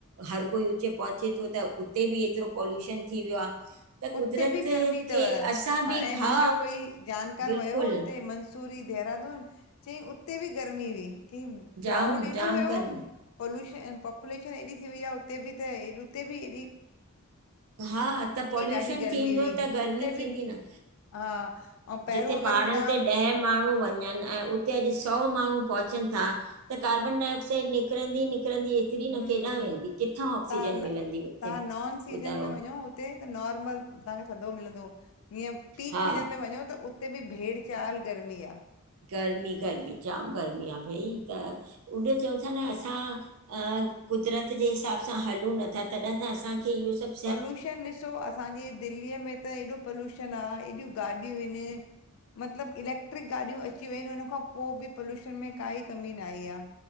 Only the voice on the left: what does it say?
उते बि गर्मी
थव,
हाणे मुंहिंजो
कोई जानकार
वियो हो हुते म मसूरी देहरादून चईं उते बि गर्मी हुई चई
क्राउड एॾो
हुयो।
पॉल्युशन पॉपुलेशन एॾी थी वई आहे हुते बि त ॾी हुते बि हेएॾी।
ॾाढी गर्मी
हुई
उते बि
हा। ऐं पहिरियों
अगरि
तव्हां
हम्म
तव्हां न
तव्हां
नॉन सीजन में वञो उते त नॉर्मल तव्हांखे थधो मिलंदो, हीअं पीक
सीज़न में वञो त उते बि भेड़ चाल गर्मी आ।
पॉल्युशन ॾिसो असांजे, दिल्लीअ में त एॾो पॉल्युशन आहे। एॾियूं गाॾियूं आहिन। मतलबु इलैक्ट्रिक गाॾियूं अची वियूं आहिन उनखां पो बि पॉल्यूशन में काई कमी न आई आ।